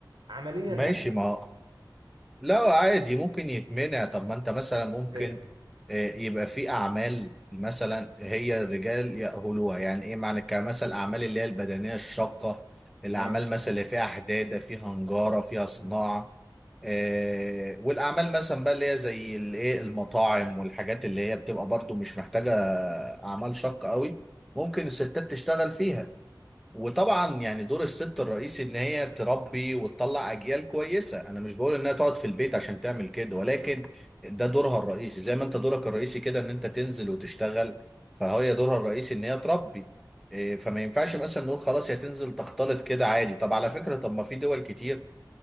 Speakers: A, on the right; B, in the centre.
A: عمليا
B: ماشي
A: لا
B: ما لا عادي ممكن يتمنع طب ما انت مثلا ممكن
A: ازاي
B: آه، يبقى في اعمال مثلا هي الرجال يأهلوها يعني ايه معنى كمثل الاعمال اللي هي البدنية الشاقة الاعمال
A: ماشي
B: مثلا اللي فيها حدادة فيها نجارة فيها صناعة
A: مم.
B: آه، والاعمال مثلا بقى اللي هي زي الايه المطاعم والحاجات اللي هي بتبقى برضو مش محتاجة اعمال شاقة قوي ممكن الستات تشتغل فيها وطبعا يعني دور الست الرئيسي ان هي تربي وتطلع اجيال كويسه انا مش بقول انها تقعد في البيت عشان تعمل كده ولكن ده دورها الرئيسي زي ما انت دورك الرئيسي كده ان انت تنزل وتشتغل فهي دورها الرئيسي ان هي تربي إيه، فما ينفعش مثلا نقول خلاص هي تنزل تختلط كده عادي طب على فكره طب ما في دول كتير